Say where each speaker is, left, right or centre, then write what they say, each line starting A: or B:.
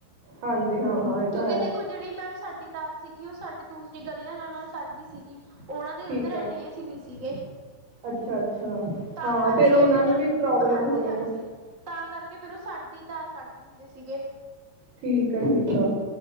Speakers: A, on the right; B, on the right.
A: ਹਾਂਜੀ, ਹਾਂ ਹਾਂ, ਇਹ ਤਾਂ
B: ਕਿਉਂਕਿ
A: ਹੈ।
B: ਦੇਖੋ ਜਿਹੜੀ ਮੈਮ ਸਾਡੀ ਤਾਰ ਸੀਗੀ, ਉਹ ਸਾਡੀ ਦੂਸਰੀ ਗਲੀਆਂ ਨਾਲ, ੳਨਾਂ ਨਾਲ ਸਾਂਝੀ ਸੀਗੀ। ਉਹਨਾਂ ਦੇ
A: ਠੀਕ
B: ਉੱਧਰ,
A: ਆ
B: ਇੰਨੇ ਏਸੀ ਨਹੀਂ ਸੀਗੇ।
A: ਅੱਛਾ ਅੱਛਾ,
B: ਤਾਂ
A: ਹਾਂ,
B: ਕਰਕੇ
A: ਫਿਰ ਉਹਨਾਂ ਨੂੰ
B: ਨਾ
A: ਵੀ ਪ੍ਰੋਬਲਮ
B: ਹਾਂਜੀ
A: ਹੋਣੀ
B: ਹਾਂਜੀ
A: ਆ।
B: ਤਾਂ ਕਰਕੇ, ਫਿਰ ਉਹ ਸਾਡੀ ਤਾਰ ਕੱਢ ਦਿੰਦੇ ਸੀਗੇ।
A: ਠੀਕ ਆ ਠੀਕ ਆ,